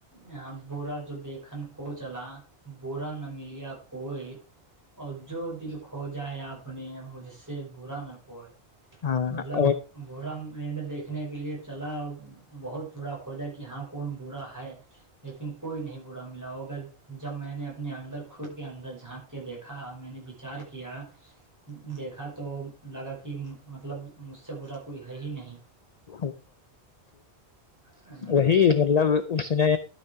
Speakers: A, on the right; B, on the left.
A: یہاں برا جو دیکھن کو چلا برا نہ ملیا کوئی اور جو دل کھو جائے آپ نے مجھ سے برا نہ کوئی
B: ہاں
A: مطلب وہورم
B: اور
A: میں نے دیکھنے کے لیے چلا بہت برا کھوودا کہ ہاں کون برا ہے لیکن کوئی نہیں برا ملا اگر جب میں نے اپنے اندر خود کے اندر جھانک کے دیکھا میں نے بچار کیا دیکھا تو لگا کہ مطلب مجھ سے برا کوئی ہے ہی نہیں
B: <inaudible>
A: ہاں
B: وہی مطلب اس نے